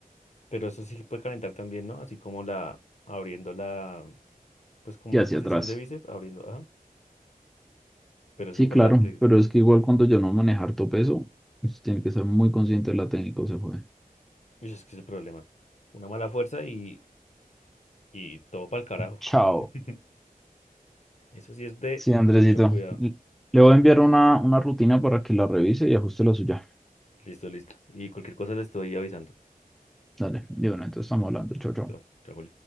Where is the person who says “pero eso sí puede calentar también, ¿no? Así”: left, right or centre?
Left